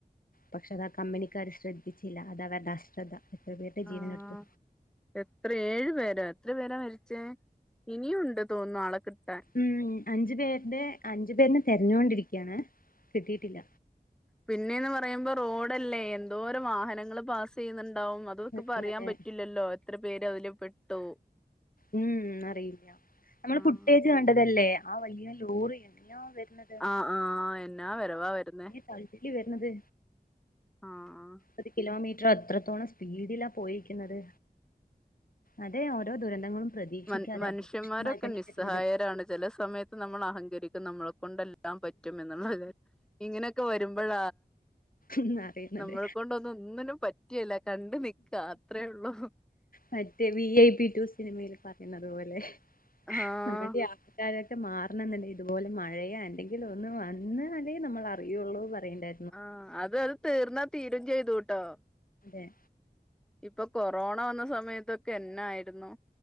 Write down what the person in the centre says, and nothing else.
ആഹ് എത്ര ഏഴു പേരാ എത്ര പേരാ മരിച്ചേ ഇനിയുണ്ട് തോന്നുന്നു ആളെ കിട്ടാൻ
പിന്നെയെന്ന് പറയുമ്പോ റോഡല്ലേ എന്തോരം വാഹനങ്ങള് പാസ്യ്യുന്നുണ്ടാവും അ തൊക്ക്
പറയാൻ
പറ്റില്ലല്ലോ എത്ര പേര് അതില് പെട്ടു
ആഹ്
ആഹ് ആഹ് എന്നാ വരവാ വരുന്നേ
ആഹ്
മൻ മനുഷ്യന്മാരൊക്കെ
നിസ്സഹായരാണ്
ചെല സമയത്ത് നമ്മൾ അഹങ്കരിക്കും നമ്മളെ കൊണ്ടല്ലേ ടാൻ പറ്റും എന്നുള്ളതിന് ഇങ്ങനെക്കെ വരുംമ്പഴ
നമ്മളെ കൊണ്ടൊന്നും ഒന്നിനും പറ്റെയ്‌ല കണ്ട് നിക്ക അത്രയേ ഉള്ളൂ
ആഹ്
ആഹ് അത് അത് തീർന്നാ തീരും ചെയ്തൂട്ടോ
ഇപ്പൊ കൊറോണ വെന്ന സമയത്തൊക്കെ എന്നായ്ര്ന്നു